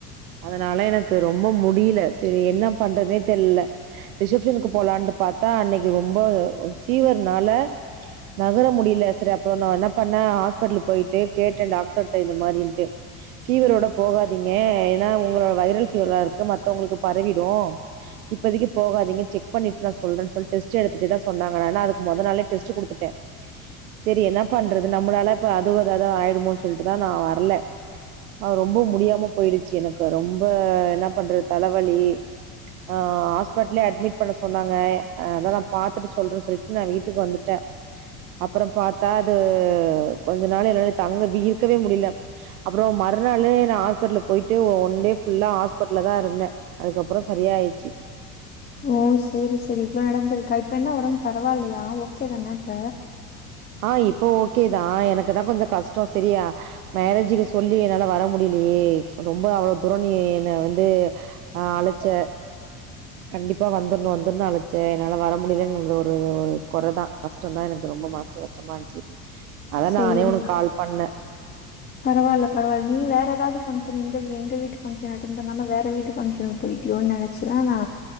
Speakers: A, on the right (about 65°); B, on the left (about 20°).
A: அதனால எனக்கு ரொம்ப முடில சரி என்ன பண்றதுனே தெரில்ல ரிசப்ஷனுக்கு போலான்னு பாத்தா அன்னிக்கு ரொம்ப ஃபீவர்னால நகர முடில சரி அப்போ நா என்ன பண்ண ஹாஸ்பிடலு போயிட்டு கேட்டே டாக்டர்கிட்ட இந்த மாரின்ட்டு ஃபீவரோட போகாதீங்க ஏன்னா உங்களோட வைரல் ஃபீவரா இருக்க மத்தவங்களுக்கு பரவிடும் இப்பதைக்கு போகாதிங்க செக் பண்ணிட்டு நா சொல்றே சொல்ல டெஸ்ட் எடுத்துட்டு தா சொ <unintelligible> அதுக்கு மொத நாளே டெஸ்ட் குடுத்துட்டே சரி என்ன பண்றது நம்மளால இப்ப அதுதாவது ஆயிடுமோன்னு சொல்லிட்டுதா நா வரல அ ரொம்ப முடியாம போயிடுச்சு எனக்கு ரொம்ப என்ன பண்றது தலவலி அ ஹாஸ்பிட்டலயே அட்மிட் பண்ண சொன்னாங்க அதான பா <unintelligible> சொல்ற சொல்லிட்டு நா வீட்டுக்கு வந்துட்டே அப்பறோ பாத்தா அது கொஞ்ச நாள் என்னால தங்க வீர்க்கவே முடில அப்றோ மறுநாளு நா ஹாஸ்பிட்டலுக்கு போயிட்டு ஒன் டே ஃபுல்லா ஹாஸ்பிடல்ல தா இருந்தே அதுக்கப்பறோ சரி ஆயிருச்சு
B: ஓ சேரி சேரி இவ்ளோ நடந்திருக்கா இப்ப என்ன ஒடம்பு பரவால்லையா ஓகே தான இப்ப
A: ஆ இப்போ ஓகே தா எனக்கு தா கொஞ்ச கஷ்டோ செரியா மேரேஜுக்கு சொல்லி என்னால வர முடியலயே ரொம்ப அவளோ தூரோ நீ என்ன வந்து ஆ அழச்ச கண்டிப்பா வந்துர்ணு வந்துர்ணு அழச்ச என்னால வர முடியலங்கிறது ஒரு ஒரு கொறதா கஷ்டந்தா எனக்கு ரொம்ப மனசு கஷ்டமா இருந்ச்சு அதா
B: சேரி
A: நானே உனக்கு கால் பண்ண
B: பரவால்ல பரவால்ல நீ வேற எதாவ்து ஃபங்க்ஷன் இந்த எங்க வீட்டு ஃபங்க்ஷன் அட்டன் பண்ணாம வேற வீட்டு ஃபங்க்ஷனுக்கு போயிட் டியோனு நெனச்சுதா நா